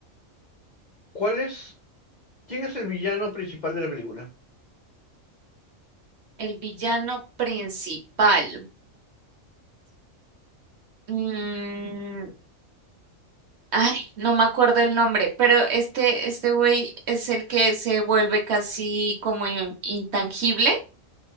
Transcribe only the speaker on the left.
¿cuál es, quién es el villano principal de la película?